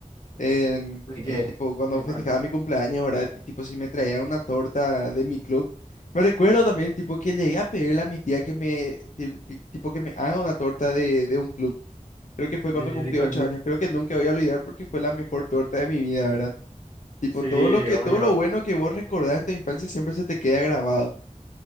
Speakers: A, on the left; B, on the left.
A: en,
B: ¿De qué?
A: eh, tipo, cuando
B: ¿De
A: festejaba
B: cuál?
A: mi cumpleaños, ¿verdad? Y tipo, si me traían una torta de mi club, me recuerdo también, tipo, que llegué a pedirle a mi tía que me, ti- que- tipo, que me haga una torta de, de un club. Creo que fue
B: ¿De,
A: cuando cumplí
B: de cuál
A: ocho
B: club?
A: años. Creo que nunca voy a olvidar porque fue la mejor torta de mi vida, ¿verdad? Tipo,
B: Sí,
A: todo lo que,
B: obvio.
A: todo lo bueno que vos recordás en tu infancia siempre se te queda grabado.